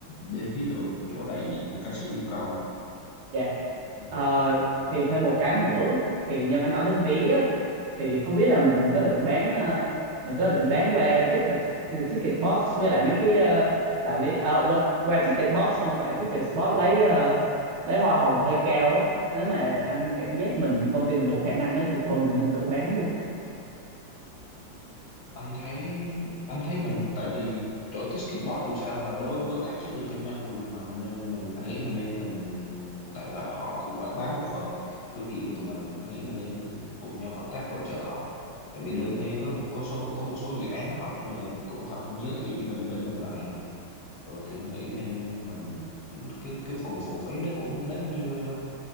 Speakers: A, on the left; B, on the right.
A: bên phía độ, chỗ đại diện ca sĩ yêu cầu
B: dạ
A: ừ.
B: Ờ,
A: Ừ.
B: thì thêm một cái nữa thì nhân anh nói đến vé á, thì không biết là mình có định bán ờ, mình có định bán qua ticket ờ, ticket box với lại mấy cái ờ, đại lý ờ, qua, qua ticket box xong tại ticket spot lấy ờ, lấy hoa hồng hơi cao á nếu mà anh cảm giác mình công ty mình đủ khả năng ấy thì thôi mình nên tự bán luôn
A: anh thấy anh thấy mình tại vì chỗ Ticketbox dù sao là đối đối tác chiến lược kinh doanh của mình mà mình nên mình anh nghĩ mình nên mình tại họ họ cũng quảng bá một phần thương hiệu của tụi mình anh nghĩ mình nên cùng nhau hợp tác hỗ trợ họ tại vì đôi khi có một có số có một số dự án họ cũng nhờ, cũng họ cũng giới thiệu cho mình bên mình lại mà ừ thì anh nghĩ nên mình cái cái phần phụ phí đó cũng đáng nhiêu em ơi